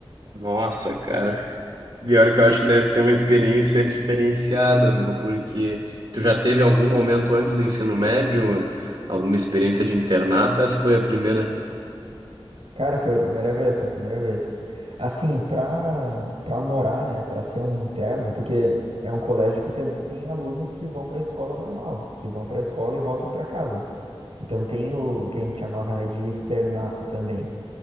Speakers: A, on the right; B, on the right.
A: Nossa, cara. Pior que eu acho que deve ser uma experiência diferenciada, meu, porque tu já teve algum momento antes do ensino médio, alguma experiência de internato? Essa foi a primeira.
B: Cara, foi a primeira vez, foi a primeira vez. Assim, pra, pra morar, né, pra ser um interno, porque é um colégio que também tem alunos que vão pra escola normal, que vão pra escola e voltam pra casa. Então tem o, o que a gente chamava, né, de externato também.